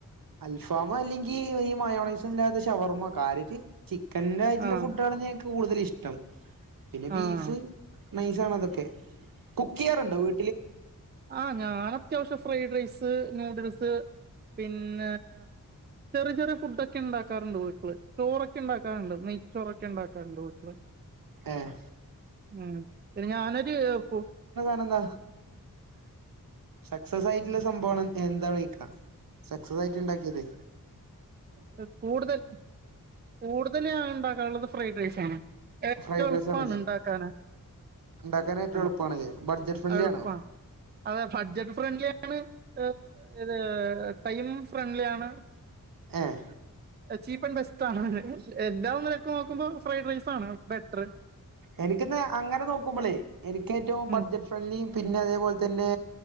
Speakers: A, on the right; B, on the right.
A: അൽഫാമൊ അല്ലെങ്കി ഈ മയോണൈസൊ ല്ലാതെ ഷവർമ കാര്യറ്റ് ച്ചി ആയിറ്റ്ള്ള
B: ആഹ്
A: ഫുഡാ ഞ്ഞൻക് കൂടുതല ഇഷ്ടം പിന്നെ ബീഫ്
B: ആഹ്
A: നൈസ് ആണോ അതൊക്കെ കുക്കെയ്യാറുണ്ടോ വീ
B: ആഹ ഞാൻ അത്യാവശ്യം ഫ്രൈഡ് റൈസ് ത് നൂഡിൽസ് പിന്നെ ചെറ്യേ ചെറ്യേ ഫുഡ്ക്കെ ണ്ടാക്കാറ്ണ്ട് വീട്ട്ല് ചോറൊക്കെ ഉണ്ടാക്കാറ്ണ്ട് നെയ് ചോറൊക്കെ ഉണ്ടാക്കാറ്ണ്ട് വീട്ട്ല്.
A: ഏഹ്
B: ഉം പിന്നെ ഞാനൊര് ഫു
A: ന്ന് ന്താ സക്സസ് ആയിട്ട്ള്ള സംഭവണ് എന്താ വെയ്ക. സക്സസ് ആയിറ്റ് ണ്ടാക്കിയത്
B: ത് കൂടുതൽ കൂടുതല് ണ്ടാക്കാള്ളത് ഫ്രൈഡ് റൈസാണ്. ഏറ്റവും
A: ഫ്രൈഡ്
B: എളുപ്പാണ്
A: റൈസ് ആണല്ലേ
B: ണ്ടാക്കാന്.
A: ഉണ്ടാക്കാൻ ഏറ്റവും
B: ആ
A: എളുപ്പമാണല്ലേ ബഡ്ജറ്റ് ഫ്രണ്ട്ലി
B: അൾപ്പ
A: ആണോ
B: അത് ബഡ്ജറ്റ് ഫ്രണ്ട്‌ലി ഇത് ഏ ടൈമും ഫ്രണ്ട്ലി ആണ്.
A: ഏഹ്
B: ചീപ്പ് ആൺ ബെസ്റ്റ് ആണ് എല്ലാ ഒന്നിലെക്ക്‌ നോക്കുമ്പോ ഫ്രൈഡ് റൈസ് ബെറ്ററ്
A: എനിക്കന്ന് അങ്ങനെ നോക്കുമ്പോളെ എനിക്ക് ഏറ്റവും
B: ഉം
A: ബഡ്ജറ്റ് ഫ്രണ്ട്ലിം പിന്നെ അതേപോൽ തെന്നെ